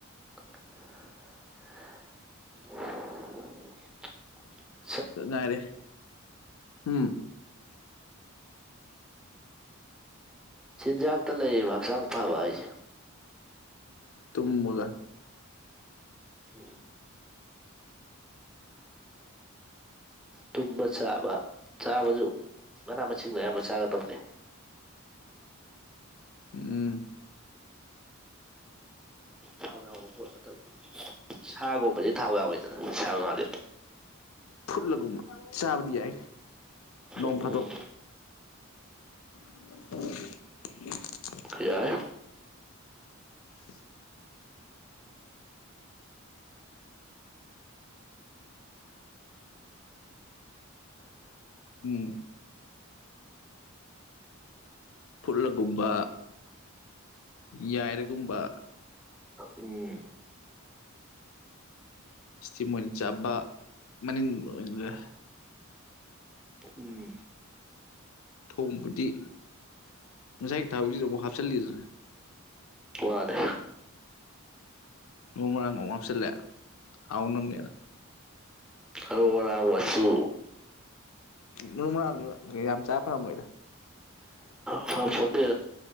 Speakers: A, in the centre; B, on the left (about 70°).
A: ꯍꯥ ꯍꯥ ꯍꯥ ꯍꯥꯝ
B: ꯏꯊꯟ ꯉꯥꯏꯔꯦ ꯎꯝ
A: ꯆꯤꯟꯖꯥꯛꯇ ꯂꯩꯑꯦꯕ ꯍꯛꯆꯥꯡ ꯐꯕ ꯍꯥꯏꯁꯦ
B: ꯇꯨꯝꯃꯒ
A: ꯑꯨꯝ ꯇꯨꯝꯕ ꯆꯥꯕ ꯆꯥꯕꯁꯨ ꯃꯅꯥ ꯃꯁꯤꯡ ꯃꯌꯥꯝ ꯑꯃ ꯆꯥꯒꯗꯕꯅꯦ
B: ꯎꯝ
A: ꯊꯥꯎ ꯌꯥꯎꯕ ꯄꯣꯠ ꯅꯠꯇꯕ ꯁꯥꯒꯨꯝꯕꯗꯤ ꯊꯥꯎ ꯌꯥꯎꯋꯤꯗꯅ ꯁꯥ ꯉꯥꯗꯤ
B: ꯐꯨꯠꯂꯒꯨꯝꯕ ꯆꯥꯕꯗꯤ ꯌꯥꯏ ꯅꯣꯡ
A: ꯎꯝ
B: ꯐꯥꯗꯣꯛ <inaudible>
A: ꯌꯥꯏ
B: <unintelligible> ꯎꯝ ꯐꯨꯠꯂꯒꯨꯝꯕ ꯌꯥꯏꯔꯒꯨꯝꯕ
A: ꯎꯝ
B: ꯏꯁꯇꯤꯝ ꯑꯣꯏꯅ ꯆꯥꯕ ꯃꯅꯤꯟ ꯑꯣꯏꯒ꯭ꯔꯦ
A: ꯎꯝ
B: ꯊꯣꯡꯕꯗꯤ ꯉꯁꯥꯏꯒꯤ ꯊꯕꯛꯁꯤꯗ ꯑꯃꯨꯛ ꯍꯥꯞꯆꯜꯂꯤꯗꯅ
A: ꯋꯥꯗꯦ
B: ꯃꯔꯨ ꯃꯔꯥꯡ ꯑꯃꯨꯛ ꯍꯥꯞꯆꯜꯂꯦ ꯍꯥꯎꯅꯝꯅꯦꯅ
A: ꯃꯔꯨ ꯃꯔꯥꯡ ꯃꯆꯨ
B: ꯃꯔꯨ ꯃꯔꯥꯡꯖꯨ ꯌꯥꯝ ꯆꯥꯕ ꯐꯔꯝꯃꯣꯏꯗ
A: ꯐꯄꯣꯟꯇꯦ